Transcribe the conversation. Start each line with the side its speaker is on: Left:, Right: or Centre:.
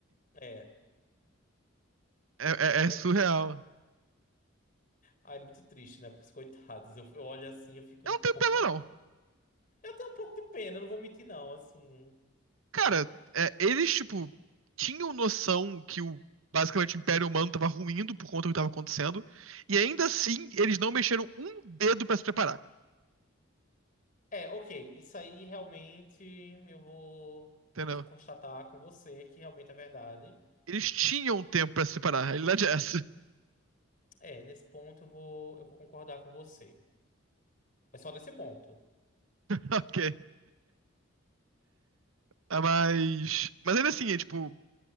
Left: É.
Right: É, é- é
Left: É,
Right: surreal.
Left: ah, é muito triste, né? Pros coitados. Eu, eu olho assim, eu fico
Right: Eu
Left: um
Right: não
Left: pouquinho.
Right: tenho pena, não.
Left: Eu tenho um pouco de pena, não vou mentir, não. Assim.
Right: Cara, é, eles, tipo, tinham noção que o. Basicamente, o Império Humano tava ruindo por conta do que tava acontecendo. E ainda assim, eles não mexeram um dedo pra se preparar.
Left: É, ok. Isso aí realmente eu vou, vou
Right: Entendeu?
Left: ter que constatar com você que realmente é verdade.
Right: Eles tinham tempo pra se separar, a realidade é essa. <laughs>
Left: É, nesse ponto eu vou, eu vou concordar com você. Mas só nesse ponto.
Right: Ok. Ah, Mas. Mas ainda assim, é tipo.